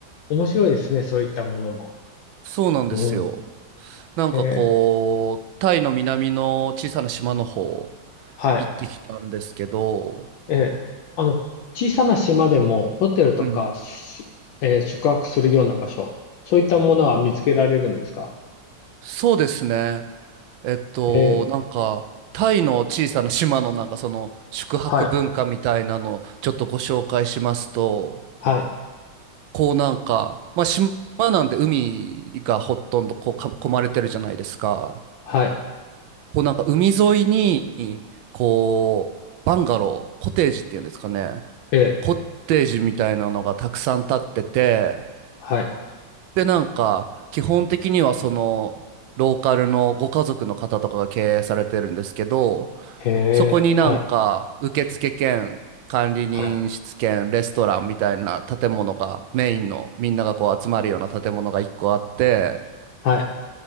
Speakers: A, on the left; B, on the right.
A: 面白いですね、そういったものも。
B: そうなんですよ。
A: うん。
B: なんかこう、
A: へえ。
B: タイの南の小さな島の方
A: はい。
B: 行ってきたんですけど、
A: ええ。あの、小さな島でもホテルとかし、
B: うん。
A: えー宿泊するような場所、そういったものは見つけられるんですか
B: そうですね。えっと、
A: ええ、
B: なんか、タイの小さな島のなんかその宿泊文化みたいなのをちょっとご紹介しますと、
A: はい、はい、
B: こうなんか、まあ島なんで海がほとんどこうか囲まれてるじゃないですか。
A: はい、
B: こうなんか海沿いに、こう、バンガロー、コテージっていうんですかね。
A: ええ、
B: コッテージみたいなのがたくさん建ってて、
A: はい、
B: で、なんか、基本的にはその、ローカルのご家族の方とかが経営されてるんですけど、
A: へえ、
B: そこになんか、
A: はい、
B: 受付兼、管理人室兼、
A: はい、
B: レストランみたいな建物が、メインのみんながこう集まるような建物が一個あって、
A: はい、